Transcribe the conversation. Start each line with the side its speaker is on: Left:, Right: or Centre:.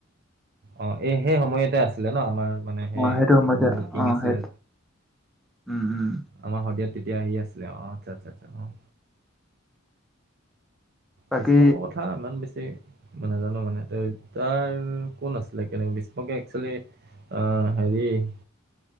Right: অঁ, এই সেই সময়তে আছিলে ন আমাৰ মানে সেই
Centre: অ সেইটো সময়তে
Right: যোন বুকিং
Centre: অ
Right: আছিলে।
Centre: সেই উম, উম।
Right: আমাৰ শদিয়াত তেতিয়া সেই আছিলে অঁ, আচ্ছা- আচ্ছা‌।
Centre: বাকী
Right: বিষ্ফংকৰ কথা ইমান বেছি- মই নেজানো মানে তাৰ কোন আছিলে? ভীষ্মকে একচেলি- অঁ, হেৰি-